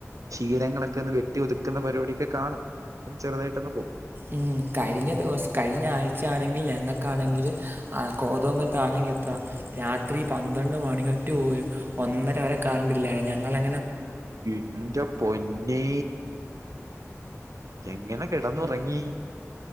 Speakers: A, on the right; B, on the right.
A: ക്ഷീരങ്ങളൊക്കെ ഒന്ന് വെട്ടി ഒതുക്കുന്ന പരിപാടൊക്കെ കാണും അപ്പം ചെറുതായിട്ടൊന്ന് പോകും
B: ഉം കഴിഞ്ഞ ദിവസം കഴിഞ്ഞ ആഴ്ച ആണെങ്കിൽ ഞങ്ങക്കാണെങ്കില് ആ കോതുമങ്കലത്താണെങ്കി എത്ര രാത്രി പന്ത്രണ്ട് മണിറ്റ് <unintelligible> ഒന്നര വരെ കറണ്ടില്ലാരുന്നു ഞങ്ങളെ
A: എന്റെ പൊന്നേ എങ്ങനെ കിടന്നുറങ്ങി